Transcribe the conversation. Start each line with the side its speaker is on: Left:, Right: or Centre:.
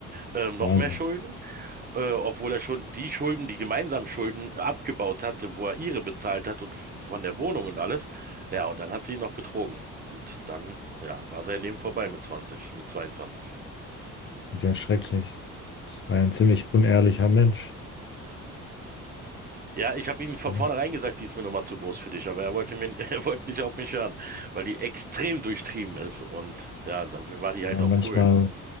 Right: ähm, noch
Left: Wahnsinn.
Right: mehr Schulden, äh, obwohl er schon die Schulden, die gemeinsamen Schulden abgebaut hatte, wo er ihre bezahlt hat und f- von der Wohnung und alles. Ja, und dann hat sie ihn noch betrogen. Und dann, ja, war sein Leben vorbei mit 20, mit 22.
Left: Ja, schrecklich. Das war ja ein ziemlich unehrlicher Mensch.
Right: Ja, ich habe ihm von
Left: Oder?
Right: vornherein gesagt, die ist eine Nummer zu groß für dich, aber er wollte mir, <laughs> er wollte nicht auf mich hören, weil die extrem durchtrieben ist und ja, dafür war die halt
Left: Ja,
Right: auch
Left: manchmal
Right: cool.